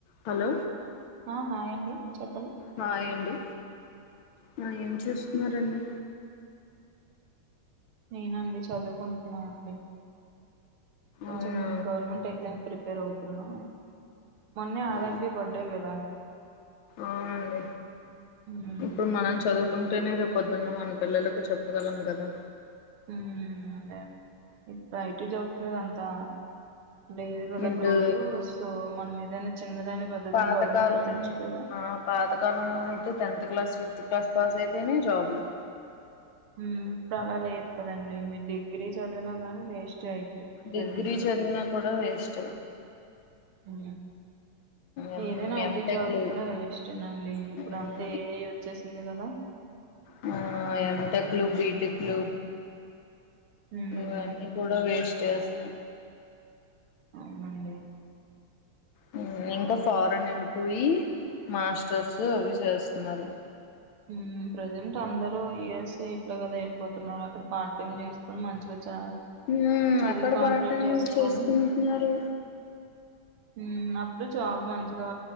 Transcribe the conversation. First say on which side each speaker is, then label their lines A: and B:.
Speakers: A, on the left; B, on the right.
A: Hello
B: ఆహా ఏంటి చెప్పండి
A: హాయ్ అండి హాయ్ చేస్తున్నారండి
B: నేనండి చదువుకుంటున్నానండి కొంచెం
A: అవునా
B: గవర్నమెంట్ ఎగ్జామ్ ప్రిప ప్రిపేర్ అవుతున్నా మొన్నే అరబ్బీ
A: ఆ,
B: పడ్డాయి కదా
A: అవునండి
B: మ్మ్
A: ఇప్పుడు మనం చదువుకుంటేనే రేపుపొద్దున్న మన పిల్లలకు చెప్పగలం కదా
B: ఉ అదేండి ఇప్పుడు ఐటి జాబ్స్ మీద అంతా లేదు కదా
A: నిడు
B: గ్రోత్ సో మనం ఏదైనా చిన్నదైనా పెద్దదైనా
A: పాతకాలం
B: గవర్నమెంట్ లో తెచ్చుకోవడం
A: ఆ పాతకాలంలో అయితే tenth class tenth class pass అయితేనే జాబ్లు
B: హు ఇప్పుడు అలా లేదు కదండి మీరు డిగ్రీ చదివినా కాని వేస్ట్ అయితే ప్రెజెంట్
A: డిగ్రీ
B: కి
A: చదివినా కూడా వేస్ట్
B: హు
A: ఎం
B: ఏదైనా
A: ఎంటెక్లు
B: ఐటీ జాబ్ కూడా వేస్టే నండి ఇప్పుడు
A: మ్,
B: అంతా ఏఐ వచ్చేసింది కదా
A: హు ఎంటెక్ లు బి టెక్ లు
B: ఉమ్
A: ఇవన్నీ కూడా వేస్ స్టే అసల
B: అవునండి
A: హు ఇం క ఫారెన్ ఎళిపోయి మాస్టర్స్ అవి చేస్తున్నారు
B: హుమ్ ప్రజెంట్ అందరు యుఎస్స్ ఎట్లా కదా వెళ్ళిపోతున్నారు అక్కడ పార్ట్ టైమ్ చేసుకొని మంచిగా చ
A: మ్మ్
B: చదువు
A: అక్కడ
B: కంప్లీట్
A: పార్టీలు
B: చేసుకొని
A: చేసుకుంటున్నారు
B: హ్మ్ అప్పుడు జాబ్ మంచిగా